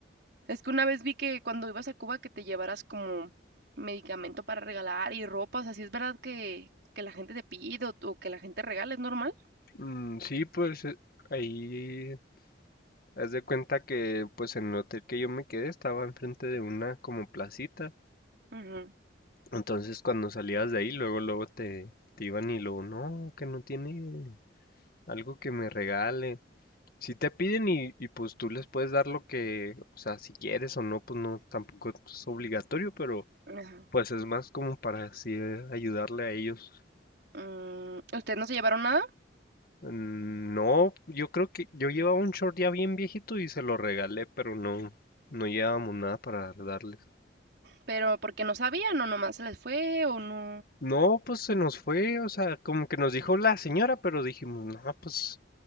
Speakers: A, on the right; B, on the left.
A: Es que una vez vi que cuando ibas a Cuba que te llevaras como medicamento para regalar y ropa, o sea, si es verdad que, que la gente te pide o, o que la gente regala, ¿es normal?
B: Mm, sí, pues eh, ahí Haz de cuenta que pues en el hotel que yo me quedé estaba enfrente de una como placita.
A: Ujú,
B: Entonces cuando salías de ahí, luego, luego te, te iban y luego, no, que no tiene algo que me regale. Si te piden y, y pues tú les puedes dar lo que, o sea, si quieres o no, pues no, tampoco es obligatorio, pero
A: ajá.
B: pues es más como para así eh, ayudarle a ellos.
A: Mm, ¿ustedes no se llevaron nada?
B: Mm, No, yo creo que yo llevaba un short ya bien viejito y se lo regalé, pero no, no llevábamos nada para darle.
A: ¿Pero porque no sabían o nomás se les fue o no?
B: No, pues se nos fue, o sea, como que nos dijo la señora, pero dijimos, no, pues,